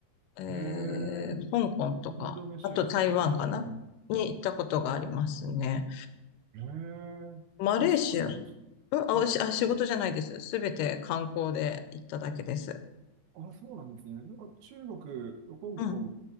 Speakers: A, on the left; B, on the right.
A: えー香港とか、
B: い。へえ。インドネシア行ってみたいな。
A: あと台湾かなに行ったことがありますね。
B: へえ。
A: マレーシア、
B: お仕事がですか
A: うんあ、おしあ、
B: はい。
A: 仕事じゃないです。すべて観光で行っただけです。
B: あ、そうなんですね。なんか中国、香港っ
A: うん。